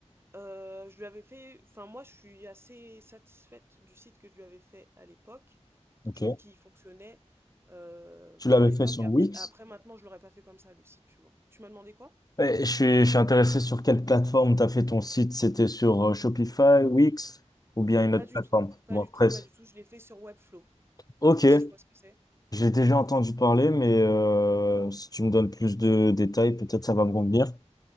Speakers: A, on the right (about 20°); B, on the left (about 30°).
A: Euh, je lui avais fait, enfin moi, je suis assez satisfaite du site que je lui avais fait à l'époque.
B: ok.
A: Je trouve qu'il fonctionnait euh,
B: Tu
A: pour
B: l'avais
A: l'époque.
B: fait sur
A: Après,
B: Wix?
A: après, maintenant, je l'aurais pas fait comme ça, le site, tu vois. Tu m'as demandé quoi?
B: Ouais, je suis, je suis intéressé sur quelle plateforme tu as fait ton site. C'était sur euh, Shopify, Wix ou bien une
A: Pas
B: autre
A: du
B: plateforme?
A: tout, pas
B: WordPress.
A: du tout, pas du tout. Je l'ai fait sur Webflow.
B: Ok,
A: Je sais pas si tu vois ce que c'est.
B: j'ai déjà entendu parler, mais euh, si tu me donnes plus de détails, peut-être ça va me convenir.